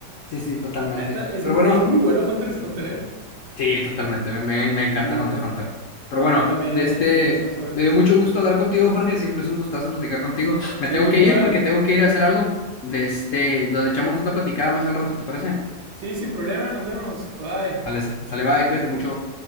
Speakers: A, on the left (about 60°); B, on the right (about 70°).
A: Sí, sí, totalmente.
B: La neta, es,
A: Pero
B: mu-
A: bueno.
B: es muy bueno Hunter x Hunter, ¿eh?
A: Sí, totalmente. Me, me- me encanta
B: Sí,
A: Hunter x Hunter. Pero bueno,
B: a mí también
A: de este,
B: es de mis animes favoritos.
A: me dio mucho gusto hablar contigo, Jorge. Siempre es un gustazo platicar contigo.
B: Sí,
A: Me tengo que
B: igual.
A: ir porque tengo que ir a hacer algo. De este, nos echamos una platicada más al rato, ¿te parece?
B: Sí, sin problema, nos vemos. Bye.
A: Sale, sale, bye, cuídate mucho.